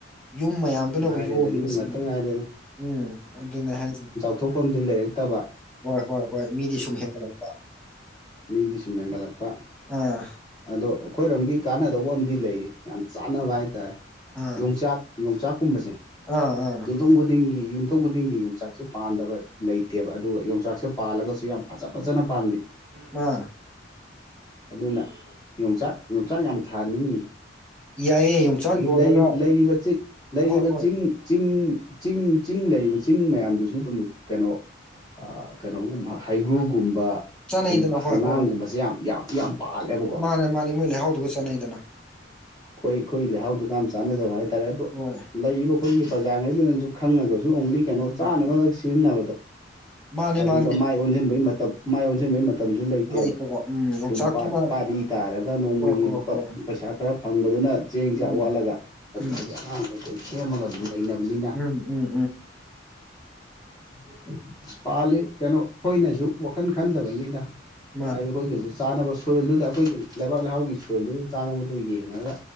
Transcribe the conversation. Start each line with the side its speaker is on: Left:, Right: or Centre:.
Centre: ꯌꯨꯝ ꯃꯌꯥꯝ ꯗꯨꯅꯕꯨ
Left: ꯉꯥꯏꯔꯦꯗ
Centre: ꯌꯣꯝꯃꯤꯅꯦ
Left: ꯌꯨꯝ
Centre: ꯆꯤꯡꯗꯣ
Left: ꯉꯥꯛꯇ ꯉꯥꯏꯔꯦꯗ
Centre: ꯎꯝ ꯑꯗꯨꯅꯦ ꯍꯥꯏꯖꯦ
Left: ꯊꯣꯛ ꯐꯝꯗꯤ ꯂꯩꯔꯛꯇꯕ꯫
Centre: ꯍꯣꯏ! ꯍꯣꯏ! ꯍꯣꯏ! ꯃꯤꯗꯤ ꯁꯨꯝ ꯍꯦꯟꯒꯠꯂꯛꯄ꯫
Left: ꯃꯤꯗꯤ ꯁꯨꯝ ꯍꯦꯟꯒꯠꯂꯛꯄ
Centre: ꯑ
Left: ꯑꯗꯣ ꯑꯈꯣꯏꯔꯣꯝꯒꯤ ꯀꯥꯟꯅꯗꯧꯕ ꯑꯃꯗꯤ ꯂꯩꯌꯦ ꯌꯥꯝ ꯆꯥꯟꯅꯕ ꯍꯥꯏꯇꯥꯔꯦ꯫
Centre: ꯑꯥ
Left: ꯌꯣꯡꯆꯥꯛ ꯌꯣꯡꯆꯥꯛ ꯀꯨꯝꯕꯖꯦ
Centre: ꯑꯥ ꯑꯥ
Left: ꯌꯨꯝꯊꯣꯡ ꯈꯨꯗꯤꯡ ꯏ ꯌꯨꯝꯊꯣꯡ ꯈꯨꯗꯤꯡꯒꯤ ꯌꯣꯡꯆꯥꯛꯁꯦ ꯄꯥꯟꯗꯕ ꯂꯩꯇꯦꯕ ꯑꯗꯨꯒ ꯌꯣꯡꯆꯥꯛꯁꯦ ꯄꯥꯜꯂꯒꯁꯨ ꯌꯥꯝ ꯐꯖ ꯐꯖꯅ ꯄꯥꯟꯕꯤ
Centre: ꯃ
Left: ꯑꯗꯨꯅ ꯌꯣꯡꯆꯥꯛ ꯌꯣꯡꯆꯥꯛ ꯌꯥꯝ ꯊꯥꯅꯤꯡ ꯉꯤ꯫
Centre: ꯌꯥꯏꯌꯦ ꯌꯣꯡꯆꯥꯛ
Left: ꯑꯗꯨ
Centre: ꯌꯣꯜꯂꯒ
Left: ꯂꯩ ꯂꯩꯔꯤꯕ ꯆꯤ ꯂꯩꯔꯤꯕ
Centre: ꯍꯣꯏ ꯍꯣꯏ
Left: ꯆꯤꯡ ꯆꯤꯡ ꯆꯤꯡ ꯆꯤꯡ ꯂꯩꯔꯤꯕ ꯆꯤꯡ ꯃꯌꯥꯝꯗꯨꯁꯨ ꯗꯨꯝ ꯀꯩꯅꯣ ꯑ ꯀꯩꯅꯣꯒꯨꯝꯕ ꯍ ꯍꯩꯒ꯭ꯔꯨꯒꯨꯝꯕꯥ
Centre: ꯆꯥꯅꯩꯗꯅ
Left: ꯍꯩ ꯍꯩꯃꯥꯡꯒꯨꯝꯕꯁꯦ
Centre: ꯍꯣꯏ ꯍꯣꯏ
Left: ꯌꯥꯝ ꯌꯥꯝ ꯌꯥꯝ ꯄꯥꯜꯂꯦꯕꯀꯣ
Centre: ꯃꯥꯅꯦ ꯃꯥꯅꯦ ꯃꯣꯏ ꯂꯩꯍꯥꯎꯗꯨꯒ ꯆꯅꯩꯗꯅ꯫
Left: ꯈꯣꯏ ꯈꯣꯏ ꯂꯩꯍꯥꯎꯗꯨꯒ ꯌꯥꯝ ꯆꯥꯟꯅꯖꯕ ꯍꯥꯏꯇꯥꯔꯦ ꯑꯗꯨ
Centre: ꯍꯣꯏ
Left: ꯂꯩꯔꯤꯕ ꯑꯈꯣꯏꯒꯤ ꯄ꯭ꯔꯖꯥꯉꯩꯗꯨꯅꯖꯨ ꯈꯪꯉꯒꯖꯨ ꯑꯣꯡꯂꯤ ꯀꯩꯅꯣ
Centre: ꯎꯝ
Left: ꯆꯥꯅꯕꯒꯛ ꯁꯤꯖꯤꯟꯅꯕꯗꯣ
Centre: ꯃꯥꯅꯦ
Left: ꯑꯗꯨꯗ
Centre: ꯃꯥꯅꯦ
Left: ꯃꯥꯏ ꯑꯣꯟꯁꯤꯟꯕꯒꯤ ꯃꯇꯝ__ ꯃꯥꯏ ꯑꯣꯟꯁꯤꯟꯕꯩ ꯃꯇꯝꯁꯨ ꯂꯩꯇꯦꯕ
Centre: ꯂꯩꯇꯕ ꯎꯝ ꯌꯣꯡꯆꯥꯛꯇꯨꯅ
Left: ꯑꯗꯨꯝ ꯄꯥꯠ ꯄꯥꯠꯂꯤ ꯇꯥꯔꯒ ꯅꯣꯡꯃꯒꯤ
Centre: ꯍꯣꯏ ꯍꯣꯏ
Left: ꯂꯨꯄꯥ
Centre: ꯍꯣꯏ
Left: ꯄꯩꯁꯥ ꯈꯔ ꯐꯪꯕꯗꯨꯅ ꯆꯦꯡ
Centre: ꯎꯝ
Left: ꯆꯥꯛ ꯋꯥꯜ ꯂꯒ ꯑꯗꯨꯗꯒꯤ
Centre: ꯎꯝ
Left: ꯑꯉꯥꯡ ꯀꯩꯩ ꯀꯩ ꯁꯦꯝꯃꯒ ꯑꯗꯨꯝ ꯂꯩꯅꯕꯅꯤꯅꯥ
Centre: ꯎꯝ ꯎꯝ ꯎꯝ <unintelligible>
Left: ꯄꯥꯜꯂꯤꯕ ꯀꯩꯅꯣ ꯈꯣꯏꯅꯖꯨ ꯋꯥꯈꯟ ꯈꯟꯗꯕꯩꯅꯤꯗ
Centre: ꯃꯥꯅꯤ
Left: ꯍꯥꯏꯗꯤ ꯑꯈꯣꯏꯒꯖꯨ ꯆꯥꯅꯕ ꯁꯣꯏꯜꯗꯨꯗ ꯑꯩꯈꯣꯏꯒꯤ ꯂꯩꯕꯥꯛ ꯂꯩꯍꯥꯎꯒꯤ ꯁꯣꯏꯜꯗꯨꯗ ꯆꯥꯅꯕꯗꯨ ꯌꯦꯡꯉꯒ